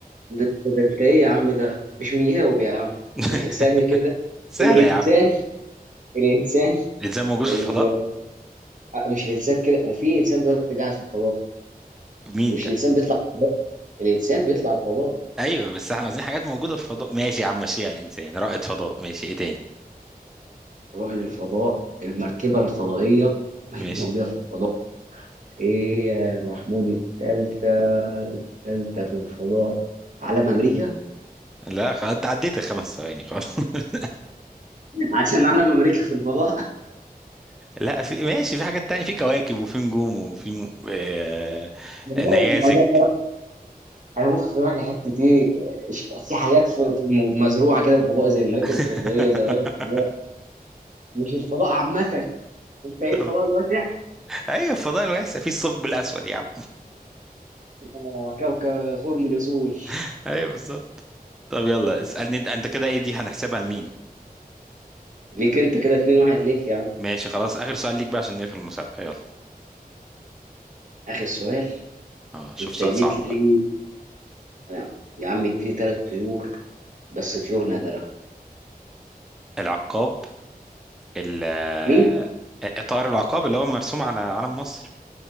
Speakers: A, on the right; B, in the centre.
A: ده ده انت ايه يا عم ده مش مجاوب يا عم
B: <laughs>
A: <laughs> ثانيه كده
B: سهلة
A: الانسان
B: يا عم
A: الانسان
B: الإنسان موجود في
A: ال...
B: الفضاء
A: آه، مش الانسان كده وفي انسان دلوقتي قاعد في الفضاء
B: مين
A: يعني مش
B: ده
A: الانسان بيطلع الفضاء الانسان بيطلع الفضاء
B: ايوه بس احنا عايزين حاجات موجوده في الفضاء ماشي يا عم ماشي على الانسان رائد فضاء ماشي ايه تاني
A: رائد الفضاء المركبه الفضائيه <laughs> ما هي
B: ماشي
A: موجوده في الفضاء ايه يا محمود التالتة التالتة في الفضاء علم امريكا
B: لا خلاص انت عديت الخمس ثواني خلاص <laughs>
A: <laughs> عشان علم امريكا في الفضاء
B: لا في ماشي في حاجات تانية في كواكب وفي نجوم وفي م... آه...
A: الموضوع
B: نيازك
A: ده هيمخ يروح لحته ايه إيش- في حاجات في في م- مزروعه كده في الفضاء زي المراكب
B: <laughs>
A: الفضائيه زي راكب الفضاء مش الفضاء عامه انت ايه
B: طب
A: الفضاء الواسع
B: ايوه الفضاء الواسع في الثقب الاسود يا عم
A: آه، كوكب خرم الازول
B: <laughs> ايوه بالظبط طب يلا اسالني انت انت كده ايه دي هنحسبها لمين
A: ليك انت كده 2 1 ليك يا عم
B: ماشي خلاص اخر سؤال ليك بقى عشان نقفل المسابقه يلا
A: اخر سؤال
B: اه شوف
A: انت
B: سؤال
A: جيت
B: صعب بقى
A: لي أنا- يا عم اديني ثلاث طيور بس طيور نادره
B: العقاب ال آه،
A: مين
B: طائر العقاب اللي هو مرسوم على علم مصر